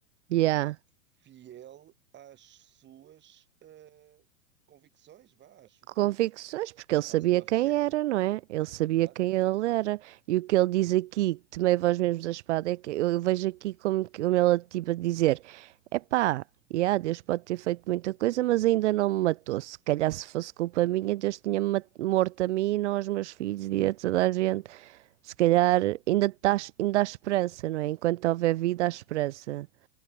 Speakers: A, on the right (about 60°); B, on the right (about 25°).
A: yeah.
B: fiel às suas ah, convicções, vá, às suas-
A: Convicções, porque ele
B: à
A: sabia
B: sua
A: quem
B: fé.
A: era, não é? Ele sabia
B: Exato,
A: quem
B: exato.
A: ele era. E o que ele diz aqui, tomei vós mesmos a espada, é que eu vejo aqui como, que- como ele tipo a dizer: epá, yeah, Deus pode ter feito muita coisa, mas ainda não me matou. Se calhar se fosse culpa minha, Deus tinha-me mat- morto a mim, e não aos meus filhos e a toda a gente. Se calhar ainda, tás, ainda há esperança, não é? Enquanto houver vida, há esperança.